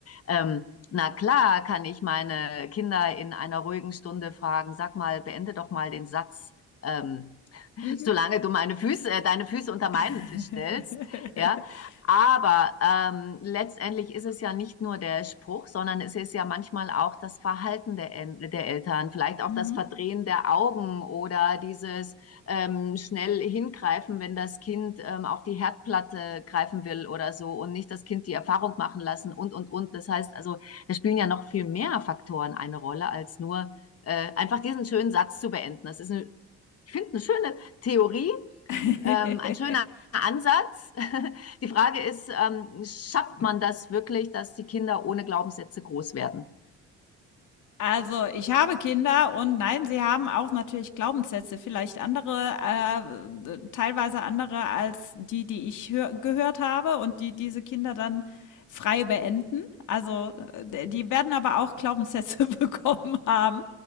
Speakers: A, on the left; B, on the left.
A: ähm, na klar kann ich meine Kinder in einer ruhigen Stunde fragen, sag mal, beende doch mal den Satz. Ähm,
B: Mhm.
A: solange du meine Füße, äh, deine Füße unter meinen
B: <laughs>
A: Tisch stellst, ja. Aber ähm, letztendlich ist es ja nicht nur der Spruch, sondern es ist ja manchmal auch das Verhalten der, der Eltern, vielleicht auch
B: Mhm.
A: das Verdrehen der Augen oder dieses ähm, schnell hingreifen, wenn das Kind ähm, auf die Herdplatte greifen will oder so und nicht das Kind die Erfahrung machen lassen und, und, und. Das heißt also, da spielen ja noch viel mehr Faktoren eine Rolle als nur äh, einfach diesen schönen Satz zu beenden. Das ist eine, ich finde, eine schöne Theorie,
B: <laughs>
A: ähm, ein schöner Ansatz. <laughs> Die Frage ist, ähm, schafft man das wirklich, dass die Kinder ohne Glaubenssätze groß werden?
B: Also, ich habe Kinder und nein, sie haben auch natürlich Glaubenssätze, vielleicht andere, äh, teilweise andere als die, die ich hör gehört habe und die diese Kinder dann frei beenden. Also, äh, die werden aber auch Glaubenssätze <laughs> bekommen haben,